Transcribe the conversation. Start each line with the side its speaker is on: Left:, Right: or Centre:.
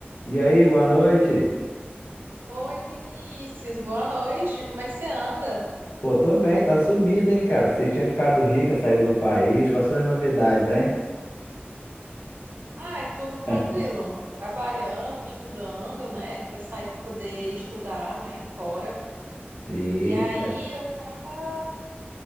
Left: E aí, boa noite.
Right: Oi, Vinícius, boa noite. Como é que você anda?
Left: Pô, tô bem, tá sumido, hein, cara? Pensei que tinha ficado rica, saído do país. Quais são as novidades, hein?
Right: Ai, tudo tranquilo.
Left: <laughs>
Right: Trabalhando, estudando, né? Eu saí para poder estudar, né, fora.
Left: Eita.
Right: E aí eu tava,